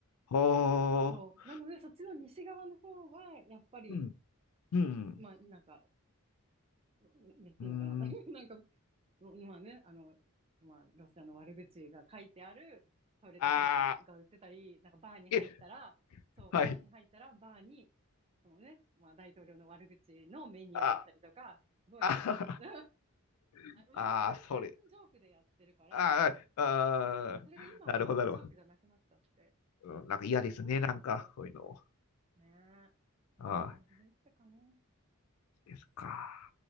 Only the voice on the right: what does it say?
そう。なので、そっちの西側の方は、やっぱり、
まあ、なんか、うんやっていいのかな
<laughs> なんか、まあね、あの、まあ、ロシアの悪口が書いてあるトイレットペーパーが売ってたり、
なんかバーに入ったら、
そう、
バーに入ったら、バーに、そのね、まあ、大統領の悪口のメニューだったりとか、
すごい結構し、
<laughs> あ、
まあ、
でもそれも半分ジョークでやってるから、
それが今はね、
ちょっとジョークじゃなくなっちゃって、
こんな感じ。
ね
え。こんな感じでしたかね。